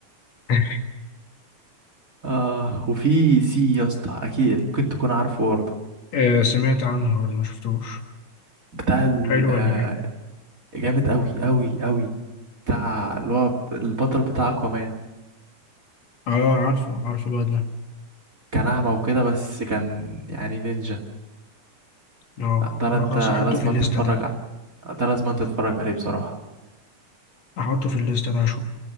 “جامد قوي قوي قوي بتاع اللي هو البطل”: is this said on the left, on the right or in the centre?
Right